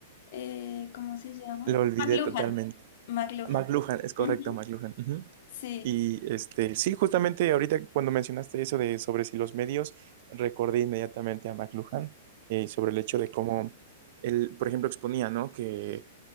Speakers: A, on the left; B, on the right.
A: eh, ¿cómo se llama?
B: Lo olvidé
A: McLuhan.
B: totalmente.
A: McLuhan.
B: McLuhan, es correcto,
A: Ujú.
B: McLuhan. ujú.
A: Sí.
B: Y este, sí, justamente ahorita cuando mencionaste eso de sobre si los medios, recordé inmediatamente a McLuhan eh, sobre el hecho de cómo él, por ejemplo, exponía, ¿no? Que